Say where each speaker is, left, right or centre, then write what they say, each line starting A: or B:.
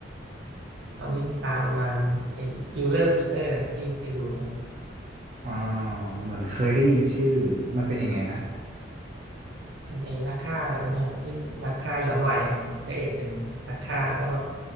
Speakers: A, on the right; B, on the right.
A: ตอนนี้ตามประมาณไอ้คิลเลอร์ปีเตอร์พี่ได้ดูไหม
B: อ่าเหมือนเคยได้ยินชื่อมันเป็นยังไงนะ
A: คนัไอ้นักฆ่าไอ้เนี่ยที่นักฆ่าย้อนวัยครับพระเอกเป็นนักฆ่าแล้วแบบ